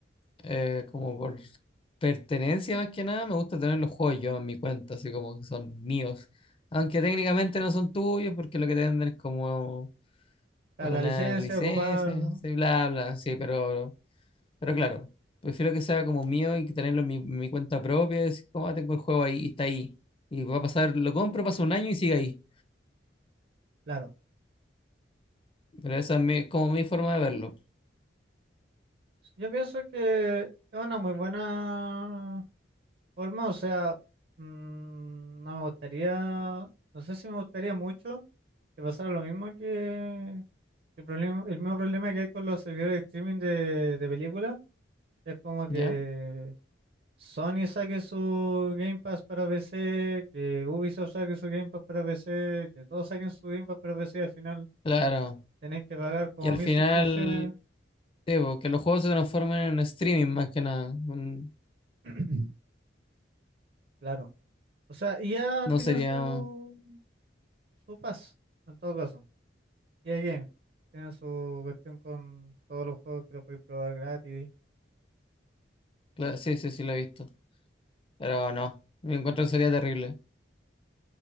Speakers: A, on the left; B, on the right.
A: eh, como por pertenencia más que nada, me gusta tener los juegos yo en mi cuenta, así como que son míos. Aunque técnicamente no son tuyos, porque lo que te venden es como
B: la,
A: una
B: la licencia,
A: licencia,
B: ocuparlo.
A: sí, bla, bla, sí, pero... Pero claro, prefiero que sea como mío y que tenerlo en mi, en mi cuenta propia. y Decir, como, "Ah, tengo el juego ahí y está ahí. Y va a pasar, lo compro, pasa un año y sigue ahí.
B: Claro,
A: Pero esa es mi- como mi forma de verlo.
B: yo pienso que es una muy buena forma, o sea, mm, no me gustaría, no sé si me gustaría mucho que pasara lo mismo que el problema, el mismo problema que hay con los servidores de streaming de, de películas, es como que
A: ¿Ya?
B: Sony saque su Game Pass para PC, que Ubisoft saque su Game Pass para PC, que todos saquen su Game Pass para PC, al final
A: Claro.
B: tenés que pagar como
A: Y al
B: mil
A: final,
B: suscripciones.
A: sí, po, que los juegos se transformen en streaming más que nada. Mm,
B: <clears throat> Claro. O sea, ya
A: No
B: tiene
A: sería.
B: su, su pass, en todo caso. EA Games tiene su cuestión con todos los juegos que lo podéis probar gratis.
A: claro, sí, sí, sí, lo he visto. Pero no, me encuentro que sería terrible.